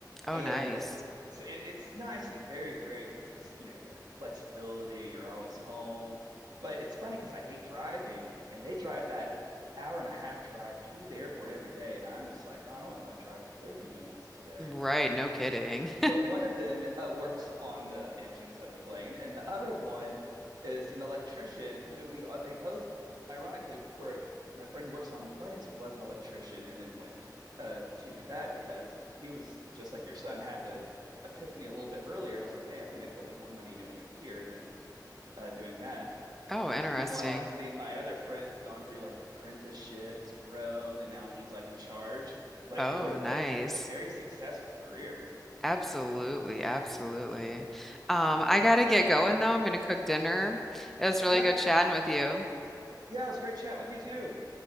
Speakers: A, in the centre; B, on the right (about 65°).
A: Oh,
B: And
A: nice.
B: so it, it's nice and very great because it's, you know, you got that flexibility, you're always home. But it's funny because I hate driving and they drive that hour and a half drive to the airport every day. And I'm just like, oh, I only want to drive 30 minutes today
A: Right, no kidding.
B: but one of them uh, works on the engines of the plane, and the other one is an electrician who we uh, they both ironically were my friend who works on the planes was an electrician and then went uh, to do that because he was just like your son had the epiphany a little bit earlier. I was like, hey, I can make a little bit more money doing it here than uh, doing that.
A: Oh, interesting.
B: Meanwhile, I've seen my other friend has gone through like the apprenticeship, has grown, and now he's like in charge. But
A: Oh,
B: either
A: nice.
B: way, it's like a very successful career.
A: Absolutely, absolutely. Um, I gotta get going though. I'm gonna cook dinner. It was really
B: Yeah.
A: good chatting with you.
B: Yeah, it was great chatting with you too.